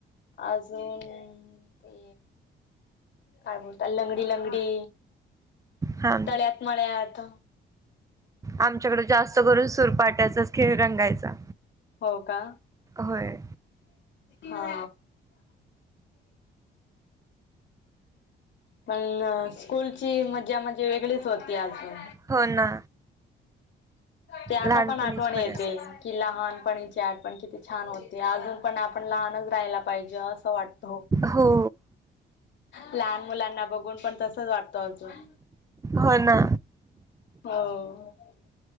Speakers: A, on the left (about 65°); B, on the right (about 15°).
A: अजून ते काय बोलतात लंगडी लंगडी
B: हा
A: तळ्यात मळ्यात
B: आमच्याकडे जास्त करून सुूरपाटायचाच खेळ रंगायचा
A: हो का
B: होय
A: हा पण स्कूलची मज्जा म्हणजे वेगळीच होती आजून
B: हो ना
A: ते आता
B: लहानपणीच
A: पण आठवण
B: बरे
A: येते
B: असायच
A: कि लहानपणीचे आठवण किती छान होती अजून पण आपण लहानच राहायला पाहिजे अस वाटत
B: हो
A: लहान मुलांना बघून पण तसच वाटत अजून
B: हो ना
A: हो